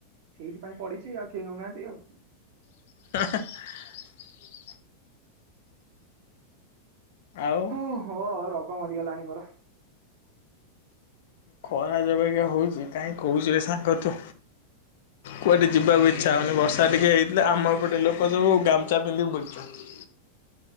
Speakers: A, on the right; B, on the left.
A: ସେଇଥିପାଇଁ ପଢିଛି ଆଉ କେହି ହଉନାହାନ୍ତି ଆଉ।
B: <inaudible> ଆଉ
A: ହଁ ହଁ ର କଣ ମରିଗଲାଣି ମୋର।
B: ଖରା ଯୋଉ ବାଗିଆ ହଉଛି କାହିଁ କହୁଛୁ ସାଙ୍ଗ ତୁ କୁଆଡେ ଯିବାକୁ ଇଚ୍ଛା ହଉନି ବର୍ଷା ଟିକେ ହେଇଥିଲା ଆମର ଏପଟେ ଲୋକ ସବୁ ଗାମୁଚା ପିନ୍ଧିକ ବୁଲଛନ୍ତି।